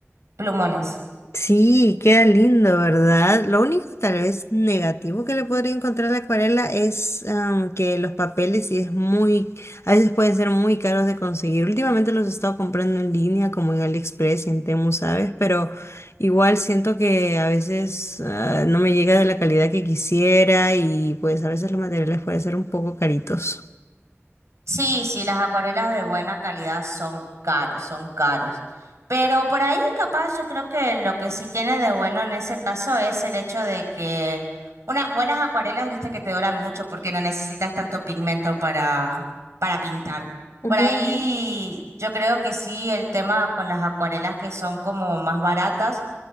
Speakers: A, on the right; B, on the left.
A: plumones.
B: Sí, queda lindo, ¿verdad? Lo único tal vez negativo que le podría encontrar a la acuarela es am, que los papeles sí es muy, a veces pueden ser muy caros de conseguir. Últimamente los he estado comprando en línea, como en AliExpress y en Temu, ¿sabes? Pero igual siento que a veces ah, no me llega de la calidad que quisiera y pues a veces los materiales pueden ser un poco caritos.
A: Sí, sí, las acuarelas de buena calidad son caros, son caros. Pero por ahí capaz yo creo que lo que sí tiene de bueno en ese caso es el hecho de que unas buenas acuarelas, viste que te duran mucho porque no necesitas tanto pigmento para, para pintar.
B: Ujú,
A: Por ahí
B: ujú.
A: yo creo que sí, el tema con las acuarelas que son como más baratas